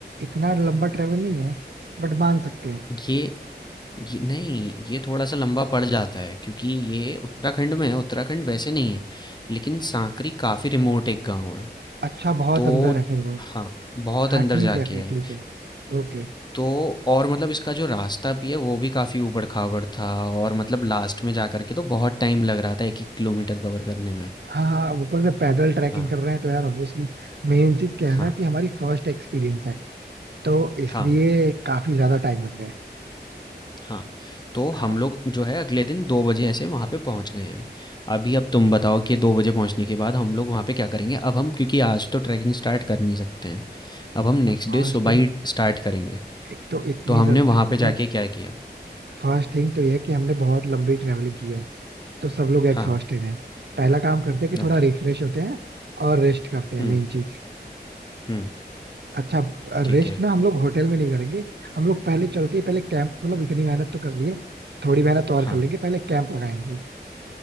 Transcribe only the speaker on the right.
इतना लंबा ट्रेवल नहीं है बट मान सकते हैं
अच्छा बहुत
अंदर है फिर वो
हाँ
ठीक
है फिर
ठीक है ओके
हाँ हाँ ऊपर से पैदल ट्रैकिंग
कर रहे हैं तो यार ऑब्वियसली मेन चीज क्या है
ना कि हमारी फर्स्ट एक्सपीरियंस है तो इसलिए
काफी ज्यादा टाइम लग रहा है
हाँ
फर्स्ट
एक तो इतनी
जल्दी
मतलब
फर्स्ट थिंग तो ये है कि हमने बहुत लंबी ट्रेवलिंग की है तो सब लोग एग्जॉस्टेड
हैं पहला काम करते हैं कि थोड़ा
रिफ्रेश होते हैं और रेस्ट करते हैं
मेन चीज
अच्छा
रेस्ट
ना हम लोग होटल में नहीं करेंगे हम लोग पहले चलते हैं पहले कैंप मतलब इतनी मेहनत तो कर लिए थोड़ी मेहनत तो और
कर लेंगे पहले कैंप लगाएंगे